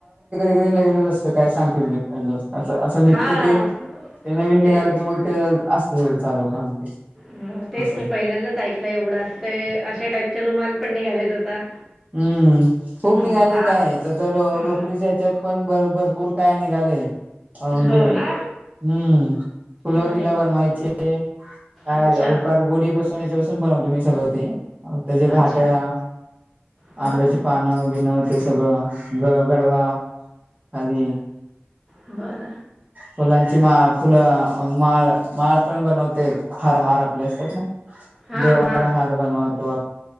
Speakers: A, on the right (about 40°); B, in the centre.
A: नवीन नवीनच असतं काय सांगतील ते. अजून असं असं निघतं
B: हां,
A: ते. ते नवीन निघालं
B: तेच.
A: की मग ते असतं चालू काम ते
B: ह तेच
A: असं
B: मी पहिल्यांदाच ऐकलं एवढं असलंय अशा टाईपच्या रुमाल पण निघालायत आता.
A: हम्म खूप
B: अं,
A: निघालंय
B: आ
A: काय तर तर ल
B: आ
A: लोकरीच्या ह्याच्यात पण बरोब भरपूर काय निघाललंय. अं म्हणजे
B: हो
A: हम्म
B: ना?
A: फुलं
B: अरे
A: बिलं
B: बापरे!
A: बनवायचे काय
B: अच्छा,
A: <unintelligible> गोडी बसून याच्यापसून बनव सगळ ते त्याच्या घाट्या
B: अच्छा. बरं.
A: आंब्याची पान-बिणं ते सगळं ग गडवा खाली
B: बर
A: फुलांची माळ फुलं माळ, माळ पण बनवते हार हार आपले असतात ना,
B: हां,
A: देवाला
B: हां.
A: हार बनवतो.